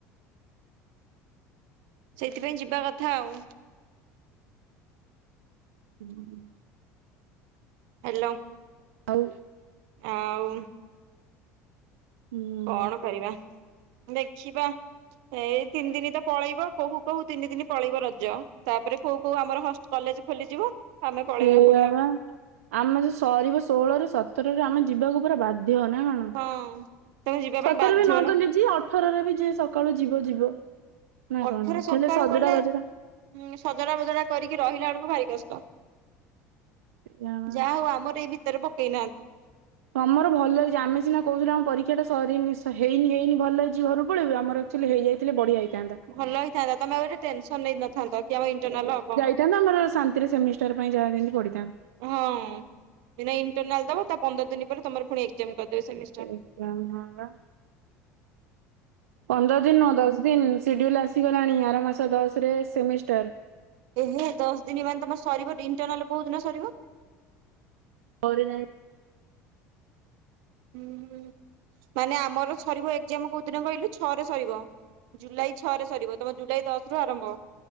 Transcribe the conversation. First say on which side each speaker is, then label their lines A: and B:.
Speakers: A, on the right; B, on the right.
A: ସେଇଥିପାଇଁ ଯିବା କଥା ଆଉ।
B: ହୁଁ <inaudible>
A: ହ୍ୟାଲୋ
B: ଆଉ
A: ଆଉ
B: ହୁଁ <inaudible>
A: କଣ କରିବା ଦେଖିବା ଏଇ ତିନି ଦିନି ତ ପଳେଇବ କହୁ କହୁ ତିନି ଦିନି ପଳେଇବ ରଜ ତାପରେ କୋଉ କୋଉ ଆମର ହଷ୍ଟେଲ୍ କଲେଜ ଖୋଲିଯିବ। ଆମେ ପଳେଇବା
B: ସେଇଆ
A: ପୁଣି ଆଉ
B: ବା ଆମେ ଯ ସରିବ ଷୋହଳ ରେ ସତର ରେ ଆମେ ଯିବାକୁ ପୁରା ବାଧ୍ୟ ନା କଣ?
A: ହଁ ତମେ ଯିବା
B: ସତରରେ
A: ପାଇଁ ବାଧ୍ୟ
B: ନଗଲେ
A: ନା
B: ଯି ଅଠରରେ ବି ଯି ସକାଳୁ ଯିବ ଯିବ ନା
A: ଅଠରେ
B: କଣ
A: ସକାଳୁ
B: କେଲେ ସଜଟା
A: ଗଲେ
B: ବଜଟା
A: ଉଁ ସଜଡା ବଜଡା କରିକି ରହିଲା ବେଳକୁ ଭାରି କଷ୍ଟ
B: ୟା ମା।
A: ଯା ହଉ ଆମର ଏଇ ଭିତରେ ପକେଇ ନାହାନ୍ତି।
B: ତମର ଭଲ ହେଇଛି ଆମେ ସିନା କହୁଥିଲୁ ଆମ ପରୀକ୍ଷା ଟା ସରିନି ହେଇନି ହେଇନି ଭଲ ହେଇଛି ଘକୁ ପଳେଇବୁ ଆମର ଏକ୍ଟୁଆଲି ହେଇଯାଇଥିଲେ ବଢିଆ। ହେଇଥାନ୍ତା
A: ଭଲ ହେଇଥାନ୍ତା ତମେ ଆଉ ଏଠେ ଟେନସନ ନେଇ ନଥାନ୍ତା କି ଆମ ଇନଟରନାଲ ହବ
B: ସେଟ ଆମର ଶାନ୍ତିରେ ସେମିଷ୍ଟର ପାଇଁ ଯାହା ଯେମିତି ପଢ଼ିଥା
A: ହଁ ଦି ଟା ଇଣ୍ଟରନାଲ ଦବ ତା ପନ୍ଦର ଦିନ ପରେ ତମର ପୁଣି ଏକ୍ସାଂମ କରିଦେବେ ସେମିଷ୍ଟର
B: ଏକ୍ଜାମ ହଁ ବା ପନ୍ଦର ଦିନ ନୁହଁ ଦଶ ଦିନ ସିଡ୍ୟୁଲ୍ ଆସିଗଲାଣି ଆର ମାସ ଦଶରେ ସେମିଷ୍ଟାର
A: ଏହେ ଦଶ ଦିନ ମାନେ ତମ ସରିବ ଇଣ୍ଟରନାଲ କୋଉ ଦିନ ସରିବ
B: ଛ ରେ ଯାଇ
A: ହୁଁ ହୁଁ ମାନେ ଆମର ସରିବ ଏକ୍ଜାମ କୋଉ ଦିନ କହିଲୁ ଛଅ ରେ ସରିବ। ଜୁଲାଇ ଛଅ ରେ ସରିବ ତମ ଜୁଲାଇ ଦଶ ରୁ ଆରମ୍ଭ